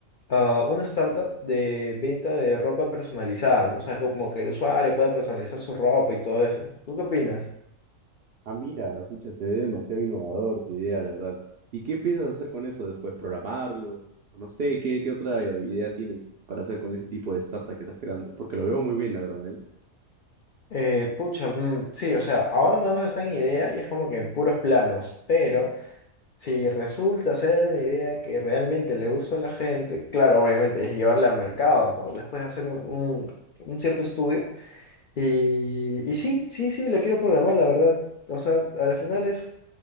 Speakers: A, on the left; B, on the right.
A: ah, una startup de venta de ropa personalizada, ¿no? O sea, como que el usuario pueda personalizar su ropa y todo eso. ¿Tú qué opinas?
B: Ah, mira, escucha, se ve demasiado innovador tu idea, la verdad. ¿Y qué piensas hacer con eso después? ¿Programarlo? O no sé, ¿qué, qué otra idea tienes este, para hacer con ese tipo de startup que estás creando? Porque lo veo muy bien, la verdad, ¿eh?
A: Eh, pucha, mm, sí, o sea, ahora nada más está en idea y es como que en puros planos, pero si resulta ser una idea que realmente le gusta a la gente, claro, obviamente es llevarla al mercado, ¿no? Después de hacer un, un un cierto estudio Y, y sí, sí, sí, lo quiero programar, la verdad. O sea, a la final es,